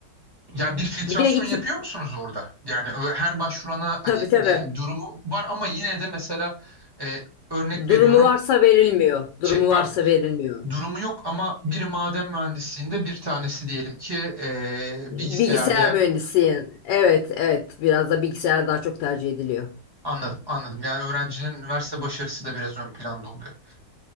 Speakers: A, on the right; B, on the left.
A: Yani bir filtrasyon
B: Bir de iti,
A: yapıyor musunuz orada? Yani ö- her başvurana hani
B: tabii tabii
A: diyelim durumu var ama yine de mesela e, örnek
B: durumu
A: veriyorum
B: varsa verilmiyor. Durumu
A: şey pardon.
B: varsa verilmiyor.
A: durumu yok ama biri maden mühendisliğinde bir tanesi diyelim ki e, bilgisayarda
B: Bilgisayar mühendisi. yani. Evet evet biraz da bilgisayar daha çok tercih ediliyor.
A: Anladım, anladım. Yani öğrencinin üniversite başarısı da biraz ön planda oluyor.